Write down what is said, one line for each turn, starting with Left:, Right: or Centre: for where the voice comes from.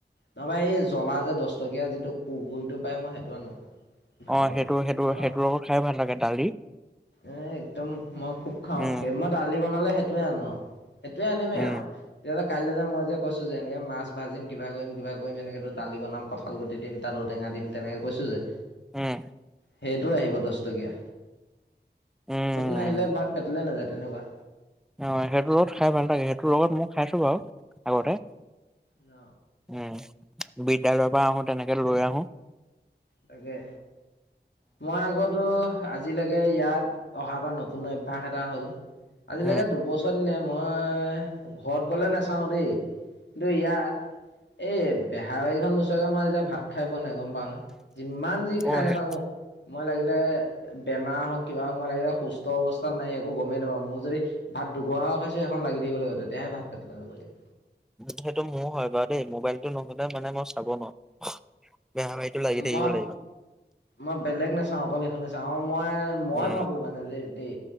Left: তাপা এই জ্বলা যে দছটকীয়া যিটো কুকুৰিটো পাই মই সেইটো আনো। ভাতৰ
Centre: অঁ
Left: লগত
Centre: সেইটো সেইটো
Left: খুব খাওঁ।
Centre: সেইটো লগত খাই ভাল লাগে দালি।
Left: এ একদম মই খুব- খাওঁ।
Centre: উম,
Left: মই দালি বনালে সেইটোয়ে আনো আও সেইটোয়ে আনিমেই
Centre: উম,
Left: আৰু। তেতিয়া কাইলে যে মই যে কৈছো যে এনেক মাছ ভাজিম কিবা কৰিম কিবা কৰিম এনেকেটো দালি বনাম। কঁঠাল গুটি দিম তাত ঔটেঙা দিম তেনেকে কৈছো যে-
Centre: উম'
Left: সেইটো আহিব দছটকীয়া।
Centre: উম।
Left: সেইটো বাহিৰে ভাত পেতলে নাযায় তেনেকুৱা।
Centre: অঁ সেইটো লগত খাই ভাল লাগে, সেইটোৰ লগত মই খাইছোঁ বাৰু আগতে।
Left: ন।
Centre: উম' বিদ্যালয় পৰা আহোঁ তেনেকে লৈ আহোঁ।
Left: তাকে, মই আগতো- আজিলেকে ইয়াত অহা পা নতুন অভ্যাস এটা হ'ল, আজিলেকে
Centre: উম
Left: দুবছৰ দিনে- মই ঘৰত গলে নাচাওঁ দেই, কিন্তু ইয়াত- এই বেহাৰবাৰীখন নোচোৱাকৈ, মই আজিলৈকে ভাত খাই পোৱা নাই গম পাৱ নে। যিমান যি খাই
Centre: অ
Left: নাথাকো।
Centre: সেই
Left: মই লাগিলে বেমাৰ হওঁক কিবা হওঁক, মই লাগিলে সুস্থ অৱস্থাত নাইয়ে একো গমেই নাপাওঁ, মোৰ যদি ভাত দুঘহা খাইছো সেইখন লাগি থাকিব লাগিব, তেতিয়াহে ভাত পেটলে যাব।
Centre: সেইটো মোৰ হয় বাৰু দেই, মোবাইলটো নহ'লে মানে মই চাব নোৱাৰোঁ। বেহাৰবাৰিটো লাগি থাকিব
Left: মই
Centre: লাগিব।
Left: মই বেলেগ নাচাওঁ অকল সেইখনে চাওঁ। আৰু মই মই
Centre: উম
Left: ভাবো মানে যে দেই